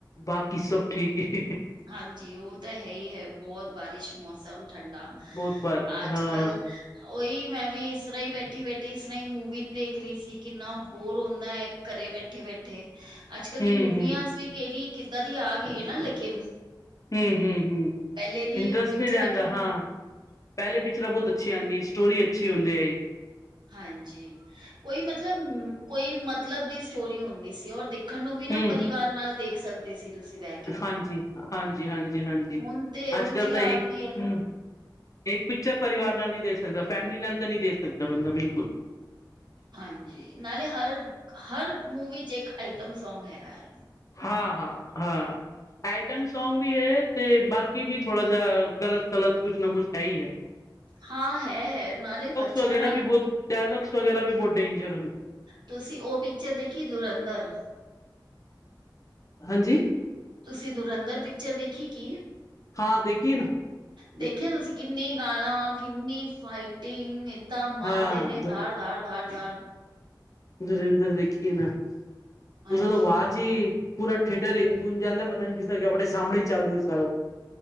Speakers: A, on the left (about 45°); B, on the right (about 70°).
A: ਬਾਕੀ ਸਭ ਠੀਕ ਏ
B: ਹਾਂਜੀ ਉਹ ਤਾਂ ਹੈ ਹੀ ਐ, ਬਹੁਤ ਬਾਰਿਸ਼, ਮੌਸਮ ਠੰਡਾ,
A: ਬਹੁਤ ਬਾਰ
B: ਆਜ-
A: ਹਾਂ,
B: ਕਲ ਉਹੀ ਮੈਂ ਵੀ ਇਸ ਤਰ੍ਹਾਂ ਹੀ ਬੈਠੀ- ਬੈਠੀ ਇਸ ਤਰ੍ਹਾਂ ਹੀ ਮੂਵੀ ਵੇਖ ਰਹੀ ਸੀ, ਕਿੰਨਾ ਬੋਰ ਹੁੰਦਾ ਐ ਘਰੇ ਬੈਠੇ -ਬੈਠੇ, ਅੱਜ -ਕੱਲ
A: ਹਮ
B: ਦੀ ਮੂਵੀਆਂ
A: ਹਮ
B: ਸ ਵੀ ਕਿਹਦੀ, ਕਿੱਦਾਂ ਦੀ ਆ ਗਈ ਹੈ ਨਾ ਲੇਕਿਨ
A: ਹਮ- ਹਮ -ਹਮ
B: ਪਹਿਲੇ ਦੀ
A: ਇੰਟਰਟਰਸਟ
B: ਪਿਕਚਰਾਂ
A: ਵੀ ਰਹਿੰਦਾ
B: ਕਿੰਨੀ
A: ਹਾਂ। ਪਹਿਲੇ ਪਿਕਚਰਾਂ ਬਹੁਤ ਅੱਛੀਆਂ ਆਉਂਦੀ, ਸਟੋਰੀ ਅੱਛੀ ਹੁੰਦੀ ਏ
B: ਹਾਂਜੀ, ਕੋਈ ਮਤਲਬ, ਕੋਈ ਮਤਲਬ ਦੀ ਸਟੋਰੀ ਹੁੰਦੀ ਸੀ ਔਰ ਦੇਖ ਦੇਖਣ ਨੂੰ ਵੀ ਨਾ
A: ਹਮ,
B: ਪਰਿਵਾਰ ਨਾਲ ਦੇਖ ਸਕ ਸਕਦੇ ਸੀ ਤੁਸੀਂ ਬਹਿ ਕੇ,
A: ਹਾਂਜੀ, ਹਾਂਜੀ, ਹਾਂਜੀ, ਹਾਂਜੀ,
B: ਹੁਣ ਤੇ ਇਹੋ
A: ਅੱਜ ਕੱਲ
B: ਜਿਹੀ
A: ਤਾਂ ਇਹੀ
B: ਆ ਗਈ ਏ <inaudible>
A: ਹਮ ਇੱਕ ਪਿਕਚਰ ਪਰਿਵਾਰ ਨਾਲ ਨਹੀਂ ਦੇਖ ਸਕਦਾ, ਫੈਮਿਲੀ ਨਾਲ ਤਾਂ ਨਹੀਂ ਦੇਖ ਸਕਦਾ ਬੰਦਾ ਬਿਲਕੁਲ
B: ਹਾਂਜੀ, ਨਾਲੇ ਹਰ, ਹਰ ਮੂਵੀ 'ਚ, ਇੱਕ ਆਈਟਮ ਸੌਂਗ ਹੈਗਾ ਏ
A: ਹਾਂ -ਹਾਂ -ਹਾਂ ਆਈਟਨ ਸੌਂਗ ਵੀ ਹੈ, ਤੇ ਬਾਕੀ ਵੀ ਥੋੜਾ ਜਿਹਾ ਗਲਤ- ਸਲਤ ਕੁਛ ਨਾ ਕੁਛ ਹੈ ਹੀ ਐ
B: ਹਾਂ ਹੈ ਨਾਲੇ ਬੱਚਿਆਂ
A: ਵਗੈਰਾ
B: ਨਾਲ
A: ਵੀ ਬਹੁਤ ਡਾਇਲੋਗਸ ਵਗੈਰਾ ਵੀ ਬੋ ਡੇਂਜਰ ਹਨ।
B: ਤੁਸੀਂ ਓ ਪਿਚਰ ਦੇਖੀ ਦੁਰੰਦਰ
A: ਹਾਂਜੀ
B: ਤੁਸੀਂ ਦੁਰੰਦਰ ਪਿਚਰ ਦੇਖੀ ਕੀ
A: ਹਾਂ ਦੇਖੀਏ ਨਾ
B: ਦੇਖਿਆ
A: ਦੇਖੀਏ
B: ਤੁਸੀਂ ਕਿੰਨੀ ਗਾਲਾ ਕਿੰਨੀ ਫਾਈਟਿੰਗ ਏ। ਤਾਂ ਦਾਂ ਮਾਰਦੇ
A: ਹਾਂ
B: ਨੇ ਧਾਰ-ਧਾਰ-ਧਾਰ-ਧਾਰ
A: ਦੁਰੰਧਰ ਦੇਖੀ ਏ ਨਾ
B: ਹਾਂਜੀ
A: ਉਸਦਾ ਤਾਂ ਵਾਜ਼ ਈ ਪੂਰਾ ਥਏਟਰ ਇਨ ਗੂੰਜ ਜਾਂਦਾ ਪਤਾ ਨਈ ਸੀ ਕੇ ਆਪ ਸਾਮਣੇ ਈ ਚਾਲੂ ਏ ਸਾਰਾ